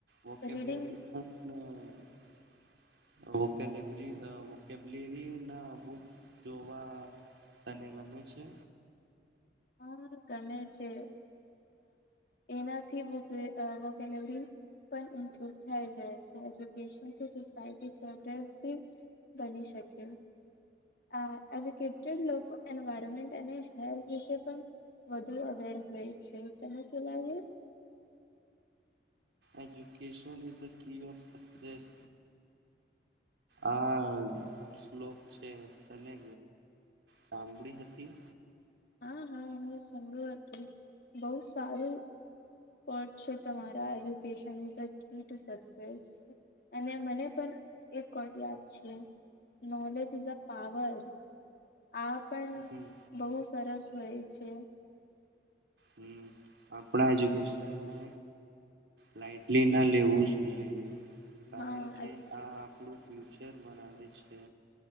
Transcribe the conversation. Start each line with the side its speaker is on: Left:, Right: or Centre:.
Right: વોકેબલરી
Left: રીડિંગ
Right: <unintelligible> કેલેવરી વોકેબલરી ના બુક જો વા તને ગમે છે?
Left: હા, ગમે છે, એનાથી વોકે વોકેલેવરી પણ ઇમ્પ્રુવ થાય જાય છે, એજ્યુકેશનથી સોસાયટી પ્રોગ્રેસિવ. બની શકે, અ એજ્યુકેટેડ લોકો એન્વાયરમેન્ટ અને હેલ્થ વિશે પણ વધુ અવેર હોય છે, તને શું લાગે?
Right: Education is the key of success. આ શ્લોક છે તને. સાંભળી હતી
Left: હા હા હું સાંભળું હતું બહુ સારું કોટ છે તમારા education is the key to success અને મને પણ એક કોટ યાદ છે નોલેજ ઇઝ અ પાવર. આ પણ
Right: હમ્મ.
Left: બહુ સરસ હોય છે.
Right: હમ્મ આપણા એજ્યુકેશનને લાઈટલી ન લેવું જ જોઈએ. કારણ
Left: હા
Right: કે આ આપણું ફ્યુચર બનાવે છે.